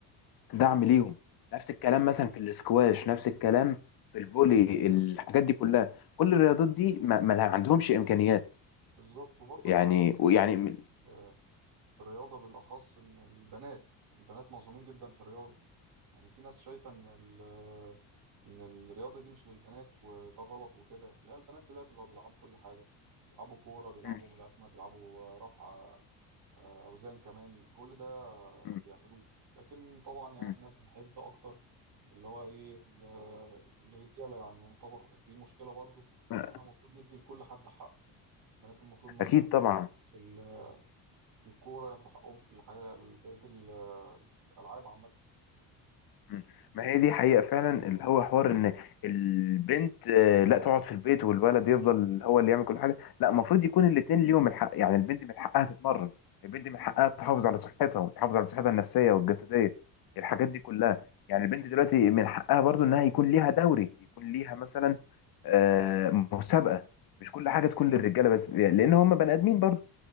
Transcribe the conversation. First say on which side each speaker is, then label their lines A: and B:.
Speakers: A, on the left; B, on the right.
A: دعم ليهم نفس الكلام مثلا في الاسكواش نفس الكلام في الفولي الحاجات دي كلها كل الرياضات دي ما, ما لها- عندهمش امكانيات
B: بالظبط وبرضه
A: يعني
B: في حاجة مظلومة
A: ويعني
B: جدا
A: م-
B: في ال- في الرياضة بالأخص إن البنات البنات مظلومين جدا في الرياضة يعني في ناس شايفة إن ال إن الرياضة دي مش للبنات وده غلط وكده لا البنات دلوقتي بقوا بيلعبوا كل حاجة بيلعبوا كورة بيلعبوا
A: م-
B: ملاكمة بيلعبوا رفع آه، أوزان كمان كل ده
A: م-
B: بيعملوه لكن طبعا يعني
A: م-
B: إحنا بنحب أكتر اللي هو إيه ال- الرجالة يعني يعتبر دي مشكلة برضه
A: م-
B: احنا المفروض ندي لكل حد حقه البنات المفروض مثلا
A: اكيد
B: ياخدوا
A: طبعا
B: حقهم في ال- في الكورة ياخدوا حقهم في الحاجة بقية ال- الألعاب عامة
A: مم. ما هي دي حقيقة فعلا اللي هو حوار ان البنت آه، لا تقعد في البيت والولد يفضل هو اللي يعمل كل حاجة لا المفروض يكون الاتنين ليهم الحق يعني البنت من حقها تتمرن البنت من حقها تحافظ على صحتها وتحافظ على صحتها النفسية والجسدية الحاجات
B: مم.
A: دي كلها يعني البنت دلوقتي من حقها برضو انها يكون ليها دوري يكون ليها مثلا آه، مسابقة مش كل حاجة تكون للرجالة بس لان هم بني ادمين برضو